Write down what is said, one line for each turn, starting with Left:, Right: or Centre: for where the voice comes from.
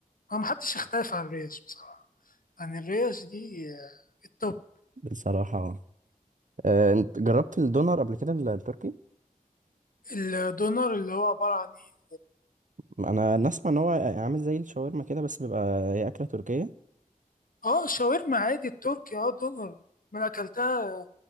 Left: ما محدش يختلف عن الريش بصراحة يعني الريش دي آه، التوب
Right: بصراحه آه، انت جربت الدونر قبل كده ال- التركي
Left: الدونر اللي هو عبارة عن ايه
Right: انا نسمع ان هو عامل زي الشاورما كده بس بيبقى هي اكله تركيه
Left: اه شاورما عادي التركي اه دونر ما أنا اكلتها